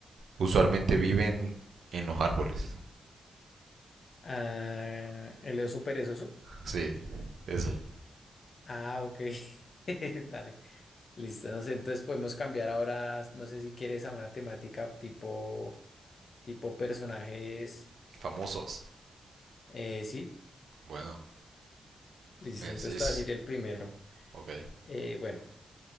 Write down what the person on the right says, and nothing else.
Usualmente viven en los árboles.
Sí, ese.
Famosos.
Bueno,
me decís.
Ok,